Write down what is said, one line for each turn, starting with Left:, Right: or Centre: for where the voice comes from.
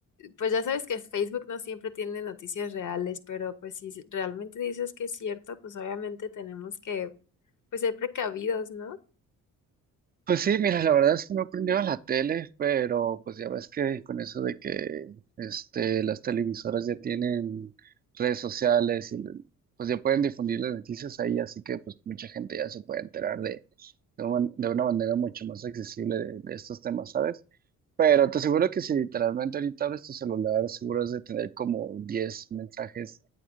Left: pues ya sabes que Facebook no siempre tiene noticias reales, pero pues si realmente dices que es cierto, pues obviamente tenemos que pues ser precavidos, ¿no?
Right: Pues sí, mira, la verdad es que no he aprendido a la tele, pero pues ya ves que con eso de que este, las televisoras ya tienen redes sociales y pues ya pueden difundir las noticias ahí, así que pues mucha gente ya se puede enterar de, de, un- de una manera mucho más accesible de, de estos temas, ¿sabes? Pero te aseguro que si literalmente ahorita abres tu celular, seguro has de tener como 10 mensajes,